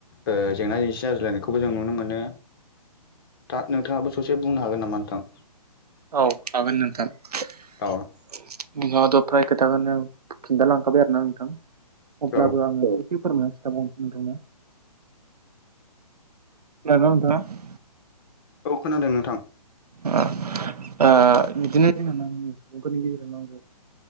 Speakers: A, on the left; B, on the right.
A: ओ जेंना जेंसि जाज्लायनायखौबो जों नुनो मोनो, दा नोंथाङाबो ससे बुंनो हागोन नामा? नोंथां।
B: औ हागोन नोंथां
A: औ
B: <unintelligible> फ्राय खोथाखौनो खिनथा लांखाबाय आरोना नोंथां अब्लाबो
A: औ
B: आङो, एसे फोरमायनानै खिथाबावनोसै नोंथांनो, खोनादोंना नोंथां,
A: औ खोनादों नोंथां
B: ओ बिदिनो जों सुबुंफोरनि गेजेराव नांगौ